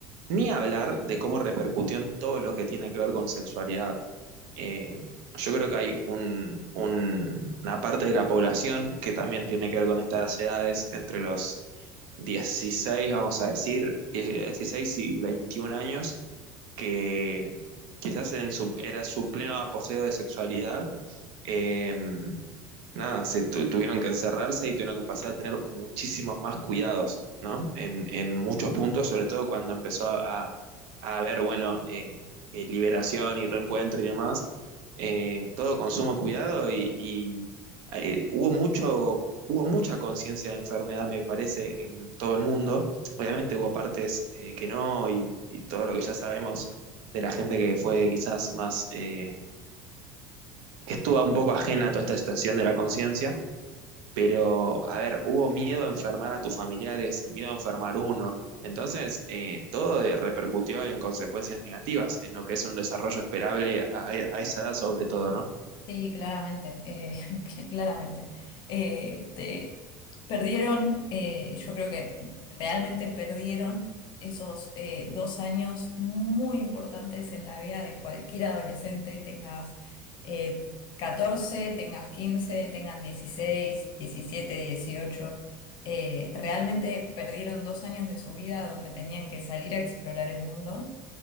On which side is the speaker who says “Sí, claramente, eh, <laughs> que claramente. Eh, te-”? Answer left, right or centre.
Left